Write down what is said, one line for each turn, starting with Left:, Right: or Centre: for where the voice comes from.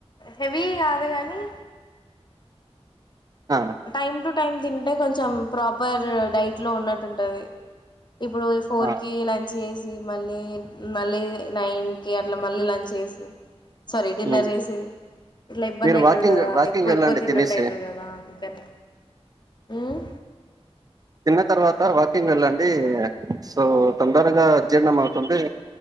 Left: హెవీ కాదు గాని
Right: ఆ
Left: టైమ్ టు టైమ్ తింటే కొంచెం ప్రాపర్ డైట్ లో ఉన్నట్టుంటుంది ఇప్పుడు ఫోర్కి
Right: ఆ
Left: లంచ్ చేసి మళ్ళీ మళ్ళీ నైన్కి అట్లా మళ్ళీ లంచ్ చేసి సారీ డిన్నర్
Right: ఉమ్.
Left: చేసి ఇట్లా ఇబ్బంది
Right: మీరు
Left: అవుతుంది
Right: వాకింగ్
Left: కదా
Right: వాకింగ్
Left: ఎక్కువ
Right: వెళ్ళండి
Left: ఎక్కువ తిన్నట్టు
Right: తినేసి
Left: అవుతుంది కదా అందు కని ఉమ్
Right: తిన్న తర్వాత వాకింగ్ వెళ్ళండి సో తొందరగా అజీర్ణం అవుతుంది